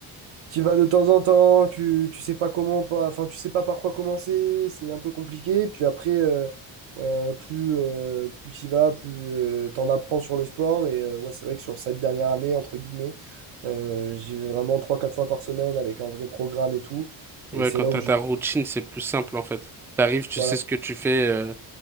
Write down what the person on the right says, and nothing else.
Tu vas de temps en temps, tu, tu sais pas comment pas, enfin tu sais pas par quoi commencer, c'est un peu compliqué. Puis après, euh, euh, plus euh, plus tu vas, plus euh, t'en apprends sur le sport. Et euh, ouais, c'est vrai que sur cette dernière année, entre guillemets, euh, j'y vais vraiment trois quatre fois par semaine avec un vrai programme et tout.
Et c'est
là
où je.
Voilà.